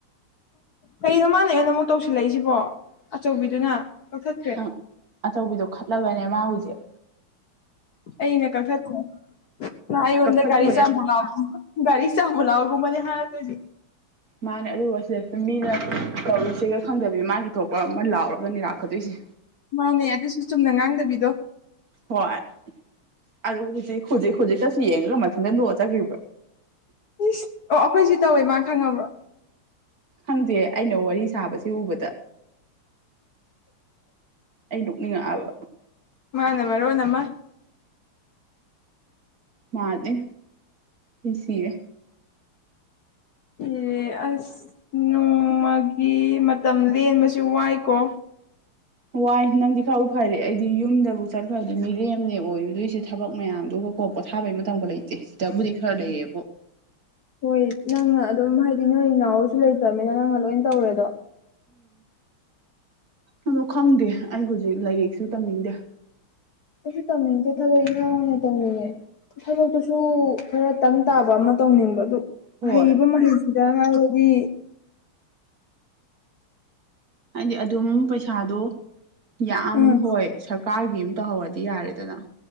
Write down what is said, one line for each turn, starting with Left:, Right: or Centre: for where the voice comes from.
Left: ꯀꯩꯅꯣ ꯃꯥꯅ ꯑꯩꯉꯣꯟꯗꯥ ꯑꯃꯨꯛ ꯇꯧꯁꯤꯜꯂꯛꯏꯁꯤꯕꯣ ꯑꯆꯧꯕꯤꯗꯨꯅ ꯀꯛꯊꯛꯈꯔꯦ
Right: ꯑꯪ ꯑꯆꯧꯕꯤꯗꯣ ꯈꯠꯂꯕꯅꯦ ꯃꯥ ꯍꯧꯖꯤꯛ
Left: ꯑꯩꯅ ꯀꯊꯛꯈꯣ ꯃꯥ ꯑꯩꯉꯣꯟꯗ
Right: ꯀꯛꯊꯠꯈ꯭ꯔꯣ
Left: ꯒꯥꯔꯤ ꯆꯥꯝꯃꯨꯂꯥꯎ
Right: ꯌꯥꯏ
Left: ꯒꯥꯔꯤ ꯆꯥꯝꯃꯨ ꯂꯥꯎꯒꯨꯝꯕꯅꯦ ꯍꯥꯏꯔꯛꯇꯣꯏꯁꯦ
Right: ꯃꯥꯅꯦ ꯑꯗꯨꯒ ꯁꯤꯗꯩꯁꯤꯗ ꯃꯤꯅ ꯇꯧꯔꯤꯁꯤꯒ ꯈꯪꯗꯕꯤ ꯃꯥꯒꯤ ꯊꯣꯛꯄ ꯑꯃ ꯂꯥꯎꯔꯒꯅꯤ ꯂꯥꯛꯀꯗꯣꯏꯁꯦ
Left: ꯃꯥꯅꯦ ꯑꯗꯨꯁꯨ ꯆꯨꯝꯅ ꯉꯥꯡꯗꯕꯤꯗꯣ
Right: ꯍꯣꯏ ꯑꯗꯨ ꯍꯧꯖꯤꯛ ꯍꯧꯖꯤꯛ ꯍꯧꯖꯤꯛꯇꯥꯁꯨ ꯌꯦꯡꯉꯒ ꯃꯊꯟꯗ ꯅꯣꯛꯑ ꯆꯠꯒ꯭ꯔꯤꯕ꯭ꯔ
Left: ꯏꯁ ꯑꯩꯈꯣꯏꯁꯤ ꯇꯧꯋꯦ ꯃꯥ ꯈꯪꯉꯕ꯭ꯔꯣ
Right: ꯈꯪꯗ‌ꯦ ꯑꯩꯅ ꯋꯥꯔꯤ ꯁꯥꯕꯁꯦ ꯎꯕꯗ ꯑꯩ ꯅꯣꯛꯅꯤꯡꯉꯛꯑꯕ
Left: ꯃꯥꯅ ꯃꯔꯣꯟ ꯑꯃꯥ
Right: ꯃꯥ ꯑ‌ꯦ ꯑꯩꯁꯤꯔ‌ꯦ
Left: ꯑꯦ ꯑꯁ ꯅꯣꯡꯃꯒꯤ ꯃꯇꯝ ꯂꯦꯟꯕꯁꯨ ꯋꯥꯏꯀꯣ
Right: ꯋꯥꯏ ꯅꯪꯗꯤ ꯈꯔꯕꯨ ꯐꯔꯤ ꯑꯩꯗꯤ ꯌꯨꯝꯗꯕꯨ ꯆꯠꯈ꯭ꯔꯗꯤ ꯃꯤꯔꯦꯝꯅꯦ ꯑꯣꯏꯗꯣꯏꯁꯦ ꯊꯕꯛ ꯃꯌꯥꯝꯗꯨꯒ ꯀꯣꯛ ꯄꯣꯊꯥꯕꯩ ꯃꯇꯝꯒ ꯂꯩꯇꯦ ꯁꯤꯗꯕꯨꯗꯤ ꯈꯔ ꯂꯩꯌꯦꯕꯨ
Left: ꯍꯣꯏ ꯅꯪꯅ ꯑꯗꯨꯝ ꯍꯥꯏꯗꯤ ꯅꯣꯏ ꯅꯥꯎꯁꯨ ꯂꯩꯇ꯭ꯔꯅꯤꯅ ꯅꯪꯅ ꯂꯣꯏ ꯇꯧꯔꯦꯗꯣ
Right: ꯎꯝ ꯑꯗꯣ ꯈꯪꯗꯦ ꯑꯩ ꯍꯧꯖꯤꯛ ꯂꯥꯏꯔꯤꯛꯁꯨ ꯇꯝꯅꯤꯡꯗꯦ
Left: ꯑꯁꯨ ꯇꯧꯅꯤꯡꯗ‌ꯦ ꯊꯕꯛ ꯏꯟꯈꯥꯡ ꯑ‌ꯣꯏꯅ ꯇꯧꯅꯤꯡꯉ‌ꯦ ꯊꯕꯛꯇꯨꯁꯨ ꯈꯔ ꯇꯪ ꯇꯥꯕ ꯑꯃ ꯇꯧꯅꯤꯡꯕ ꯑꯗꯨ
Right: ꯍꯣꯏ
Left: ꯍꯩꯕ ꯃꯍꯩꯁꯤꯗ ꯍꯥꯏꯔꯗꯤ
Right: ꯍꯥꯏꯗꯤ ꯑꯗꯨꯝ ꯄꯩꯁꯥꯗꯣ ꯌꯥꯝ
Left: ꯎꯝ
Right: ꯍꯣꯏ ꯁꯔꯀꯥꯔꯒꯤ ꯑꯃ ꯇꯧꯍꯧꯔꯗꯤ ꯌꯥꯔꯦꯗꯅ